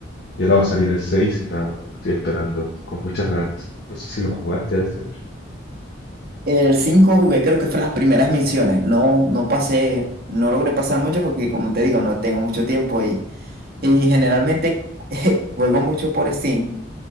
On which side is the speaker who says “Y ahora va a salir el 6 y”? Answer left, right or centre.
Left